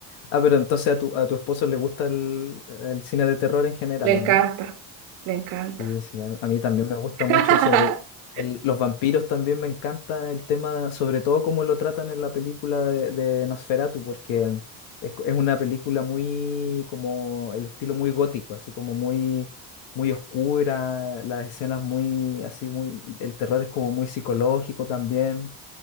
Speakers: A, on the left; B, on the right.
A: Ah, pero entonces a tu, a tu esposo le gusta el, el cine de terror en general,
B: Le
A: ¿o
B: encanta,
A: no?
B: le encanta.
A: Sí, pues, sí, a, a mí también me gusta
B: <laughs>
A: mucho sobre el- los vampiros, también me encanta el tema, sobre todo cómo lo tratan en la película de, de Nosferatu, porque es, es una película muy, como el estilo muy gótico, así como muy, muy oscura, las escenas muy, así muy, el terror es como muy psicológico también